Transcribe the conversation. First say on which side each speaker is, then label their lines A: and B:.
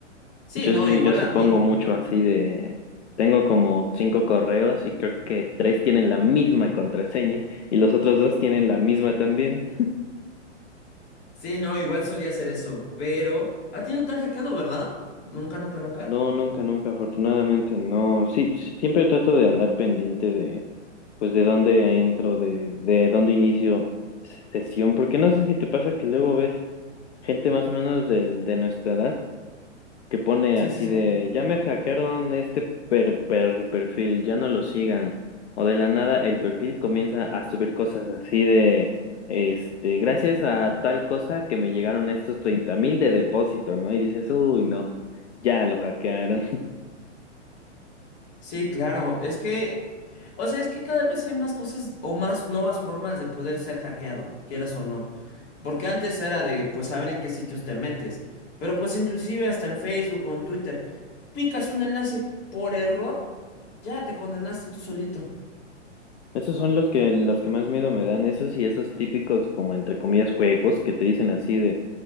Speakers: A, on the left; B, on the left.
A: Sí,
B: Yo
A: no,
B: sí,
A: igual
B: yo sí
A: a
B: pongo
A: mí.
B: mucho así de... Tengo como cinco correos y creo que tres tienen la misma contraseña y los otros dos tienen la misma también.
A: Sí, no, igual solía hacer eso, pero... ¿A ti no te han hackeado, verdad? Nunca, nunca, nunca.
B: No, nunca, nunca, afortunadamente no. Sí, siempre trato de andar pendiente de pues de dónde entro, de, de dónde inicio sesión, porque no sé si te pasa que luego ves gente más o menos de, de nuestra edad que pone
A: Sí,
B: así
A: sí, sí.
B: de, ya me hackearon este per, per- perfil, ya no lo sigan, o de la nada el perfil comienza a subir cosas así de, este, gracias a tal cosa que me llegaron estos treinta mil de depósito, ¿no? Y dices, uy, no, ya lo hackearon.
A: Sí, claro, es que... O sea, es que cada vez hay más cosas o más nuevas formas de poder ser hackeado, quieras o no. Porque antes era de, pues, saber en qué sitios te metes. Pero pues inclusive hasta en Facebook o en Twitter, picas un enlace por error, ya te condenaste tú solito.
B: Esos son los que, los que más miedo me dan, esos y esos típicos como entre comillas juegos que te dicen así de